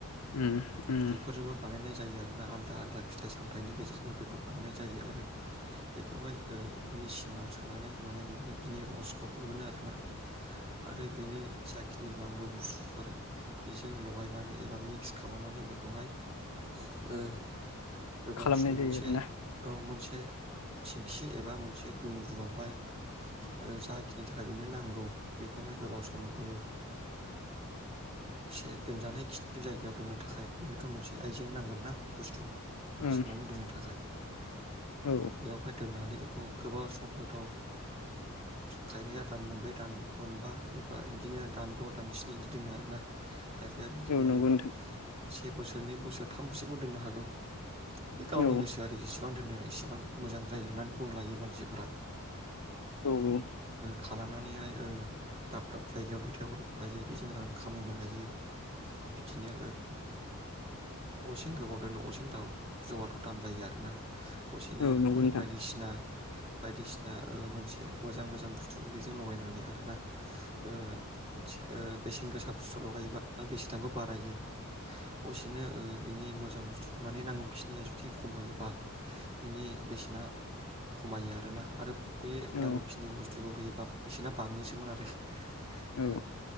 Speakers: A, on the left; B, on the right.
A: उम उम।
B: बेफोरजोंबो बानायनाय जायो आरोना आलादा आदा फिथाइ सामथनि गेजेरजों बेखौ बानायनाय जायो आरो बेखौहाय ओ मिसि सिनाव सोनानै माने बे बिनि रसखौ बहनो आरोना आरो बेनो जाखिनि नांगौ बुस्थुफोर बेजों लगायनानै एबा मिक्स खालामनानै बेखौहाय ओ गोबाव
A: खालामनाय
B: सम
A: जायो
B: मोनसे
A: आरोना
B: ओ मोनसे मोनसे थिंखि एबा मोनसे दुंग्रुआवहाय ओ जाखिनि थाखाय बेनो नांगौ बेखौहाय गोबाव सम ओ एसे दोनजानाय खिनि जायगायाव दोननो थाखाय बेनोथ' मोनसे आइजें नांगोनना बुस्थु
A: उम
B: सोननानै दोननो थाखाय
A: औ
B: बेयावहाय दोननानै खौ गोबाव सम हयथ' ओ खायफाया दान मोनब्रै दान मोनबा एबा बिदिनो दानद' दानस्नि बिदि दोनो आरोना खायफाया बिदिनो
A: औ नंगौ नोंथां
B: से बोसोर नै बोसोर थामसोबो दोननो हागौ बे गावनि
A: औ
B: गोसो आरो जेसेबां बेसेबां दोननो इसेबां मोजां जायो होननानै बुंलायो मानसि सिफोरा
A: औ
B: खालामनानैहाय ओ दाब दाब जायगायाव दैथायहरनो हायो बेजों रां खामायनो हायो बिदिनो ओ असेन गोबाव दोनो असेन जौआथ' दाम जायो आरोना असेनो
A: औ नंगौ
B: ओ
A: नोंथां
B: बायदिसिना बायदिसिना ओ मोनसे मोजां मोजां बुस्थु बेजों लगायनानै आरोना ओ मोनसे ओ बेसेन गोसा बुस्थु लगायोबा बेसेनाबो बारायो असेनो ओ बिनि मोजां बुस्थु माने नांगौ खिनिया जुदि खमहयोबा बिनि बेसेना खमायो आरो आरोना आरो बै
A: औ
B: नांगौखिनि बुस्थुखौ होयोबा बेसेना बाङोसोमोन आरो
A: औ
B: ओ